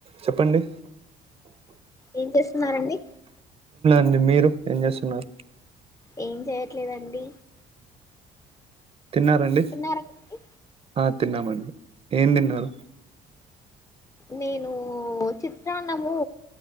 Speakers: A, on the right (about 35°); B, on the left (about 20°).
A: చెప్పండి
B: ఏం చేస్తున్నారండి
A: ండి మీరు ఏం చేస్తున్నారు
B: ఏం చేయట్లేదండి
A: తిన్నారండి
B: తిన్నారాఅండి
A: ఆ తిన్నామండి ఎం తిన్నారు
B: నేను చిత్రాన్నము